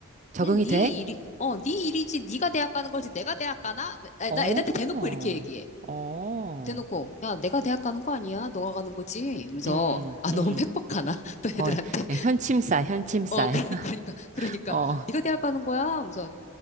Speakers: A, on the right; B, on the left.
A: 적응이
B: 그냥 네
A: 돼?
B: 일이, 어, 네 일이지, 네가 대학 가는 거지, 내가 대학 가나? 아,
A: 어,
B: 나나 애들한테 대놓고 이렇게 얘기해.
A: 어.
B: 대놓고, 야, 내가 대학 가는 거 아니야? 너가 가는 거지? 그래서,
A: 음,
B: 아, 너무
A: 음.
B: 팩폭하나? <laughs> 또 애들한테.
A: 어, 현침살, 현침살.
B: 어, 그러니까,
A: <laughs>
B: 그러니까, 그러니까,
A: 어.
B: 네가 대학 가는 거야? 그래서,